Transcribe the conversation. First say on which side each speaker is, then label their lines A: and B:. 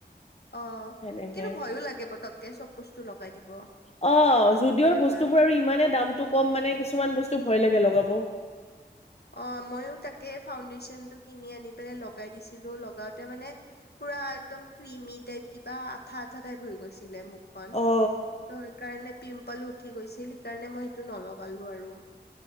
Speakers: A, on the left; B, on the left.
A: অ
B: সেনেকে
A: কিন্তু ভয়ো লাগে পতককে চব বস্- -স্তু লগাই দিব
B: অ যুদিঅৰ
A: কেতিয়াবা
B: বস্তুবোৰ আৰু ইমানে দামটো কম মানে কিছুমান বস্তু ভয় লাগে লগাব
A: অ ময়ো তাকে ফাউণ্ডেচন টো কিনি আনি পেলাই লগাই দিছিলো লগাওতে মানে পুৰা একদম ক্ৰিমি টাইপ কিবা আঠা আঠা টাইপ হৈ গৈছিলে মুখখন
B: অ
A: ত সেই কাৰণে পিম্পল উঠি গৈছিল সেইকাৰণে মই সেইটো নলগালো আৰু